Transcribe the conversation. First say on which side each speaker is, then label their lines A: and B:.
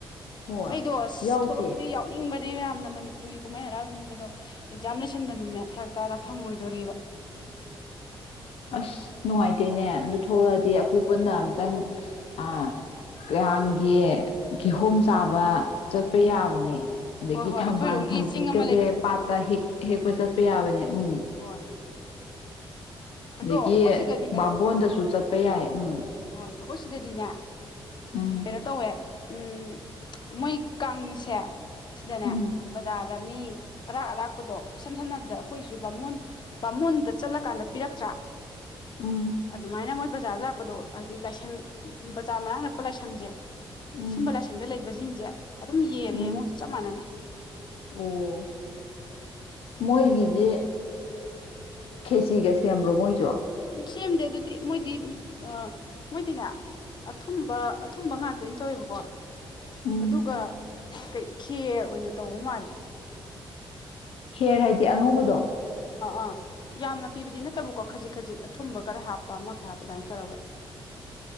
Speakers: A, on the left (about 80°); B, on the left (about 50°).
A: ꯍꯣꯏ
B: ꯑꯩꯗꯣ ꯑꯁ
A: ꯌꯥꯎꯁꯦ
B: ꯊꯣꯛꯂꯛꯄꯅꯤ ꯌꯥꯎꯅꯤꯡꯕ ꯌꯥꯝꯅ ꯃꯅꯤ <unintelligible> ꯃꯄꯨꯔꯤꯒꯤ ꯀꯨꯝꯍꯩ ꯍꯔꯥꯎꯁꯤꯡꯁꯦ ꯑꯗꯣ ꯑꯦꯛꯖꯥꯝ ꯂꯣꯏꯁꯤꯟꯗꯅꯅꯦ ꯐꯔꯛ ꯇꯥꯔ ꯐꯪꯉꯣꯏꯗꯣꯔꯤꯕ
A: ꯑꯁ ꯅꯨꯡꯉꯥꯏꯇꯦꯅꯦ ꯑꯗꯨ ꯊꯣꯛꯂꯛꯑꯗꯤ
B: ꯎꯝ
A: ꯑꯩꯈꯣꯏ ꯄꯨꯟꯅ ꯈꯤꯇꯪ ꯑ ꯀꯥꯡꯒꯤ ꯀꯤꯍꯣꯝ ꯆꯥꯕ ꯆꯠꯄ
B: ꯎꯝ
A: ꯌꯥꯕꯅꯦ ꯑꯗꯒꯤ
B: ꯍꯣꯏ ꯍꯣꯏ
A: ꯊꯝꯕꯥꯜ
B: ꯑꯩꯈꯣꯏꯔꯣꯝꯒꯤ
A: ꯊꯝꯖꯦꯠ
B: ꯆꯤꯡ ꯑꯃ
A: ꯀꯁꯦ
B: ꯂꯩꯕꯗꯣ
A: ꯄꯥꯠꯇ ꯍꯤꯛ ꯍꯦꯛꯄ ꯆꯠꯄ ꯌꯥꯕꯅꯦ ꯎꯝ
B: ꯍꯣꯏ ꯑꯗꯣ
A: ꯑꯗꯒꯤ
B: ꯑꯩꯈꯣꯏ ꯁꯤꯗꯗꯤꯅꯦ
A: ꯕꯥꯝꯕꯣꯟꯗꯁꯨ ꯆꯠꯄ ꯌꯥꯏ ꯎꯝ
B: ꯍꯣꯏ ꯑꯩꯈꯣꯏ ꯁꯤꯗꯗꯤꯅꯦ
A: ꯎꯝ
B: ꯀꯩꯅꯣ ꯇꯧꯋꯦ ꯎꯝ ꯃꯣꯏ ꯀꯪꯃꯤꯁꯦ ꯁꯤꯗꯅꯦ
A: ꯎꯝ
B: ꯕꯖꯥꯔꯗ ꯃꯤ ꯑꯔꯥꯛ ꯑꯔꯥꯛꯄꯗꯣ ꯏꯁꯝ ꯁꯝꯅꯕꯗ ꯑꯩꯈꯣꯏꯁꯨ ꯕꯥꯃꯣꯟ ꯕꯥꯃꯣꯟꯗ ꯆꯠꯂꯀꯥꯟꯗ ꯄꯤꯔꯛꯇ꯭ꯔꯥ
A: ꯎꯝ
B: ꯑꯗꯨꯃꯥꯏꯅ ꯃꯣꯏ ꯕꯖꯥꯔꯗ ꯂꯥꯛꯄꯗꯣ ꯍꯥꯏꯗꯤ ꯂꯥꯏꯁꯪ ꯕꯖꯥꯔ ꯃꯅꯥꯛ ꯅꯛꯄ ꯂꯥꯏꯁꯪꯁꯦ
A: ꯎꯝ
B: ꯁꯨꯝꯕ ꯂꯥꯏꯁꯪꯗ ꯂꯩꯕꯁꯤꯡꯁꯦ ꯑꯗꯨꯝ ꯌꯦꯜꯂꯦ
A: ꯎꯝ
B: ꯉꯣ ꯆꯞ ꯃꯅꯅ
A: ꯑꯣ ꯃꯣꯏꯒꯤꯗꯤ ꯈꯦꯆꯤꯒ ꯁꯦꯝꯕ꯭ꯔꯣ ꯃꯣꯏꯖꯨ
B: ꯁꯦꯝꯗꯦ ꯑꯗꯨꯗꯤ ꯃꯣꯏꯗꯤ ꯑꯥ ꯃꯣꯏꯗꯤꯅꯦ ꯑꯊꯨꯝꯕ ꯑꯊꯨꯝꯕ ꯉꯥꯛꯇꯥ ꯑꯣꯏꯅ ꯇꯧꯋꯦꯕꯀꯣ
A: ꯎꯝ
B: ꯑꯗꯨꯒ ꯀꯩ ꯈꯦꯔ ꯑꯣꯏꯅ ꯇꯧꯕ ꯃꯥꯜꯂꯤ
A: ꯈꯦꯔ ꯍꯥꯏꯗꯤ ꯑꯉꯧꯕꯗꯣ
B: ꯑꯥ ꯌꯥꯝꯅ ꯄꯤꯕꯗꯤ ꯅꯠꯇꯕꯀꯣ ꯈꯖꯤꯛ ꯈꯖꯤꯛ ꯑꯊꯨꯝꯕ ꯈꯔ ꯍꯥꯞꯄ ꯑꯃ ꯈꯔ ꯍꯥꯞꯄ ꯑꯗꯥꯏꯟ ꯇꯧꯔꯒ